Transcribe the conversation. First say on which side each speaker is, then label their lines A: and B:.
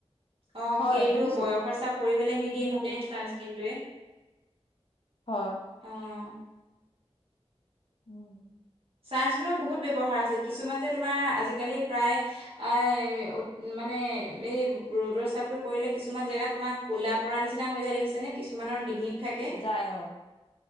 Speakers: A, on the right; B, on the left.
A: অ
B: হয়
A: সেইটো
B: শুনিছো
A: বয়সৰ চাপ পৰিবলৈ নিদিয়ে মানে ছানস্ক্ৰীনটোৱে।
B: হয়।
A: অ
B: উম।
A: ছানস্ক্ৰীনৰ বহুত ব্যৱহাৰ আছে, কিছুমান যে তোমাৰ আজিকালি প্ৰায় এ মানে এই ৰ'দৰ চাপটো পৰিলে কিছুমান জেগা তোমাৰ ক'লা পৰা নিচিনা হৈ যায় দেখিছে নে কিছুমানৰ ডিঙিত? থাকে
B: যায় অঁ।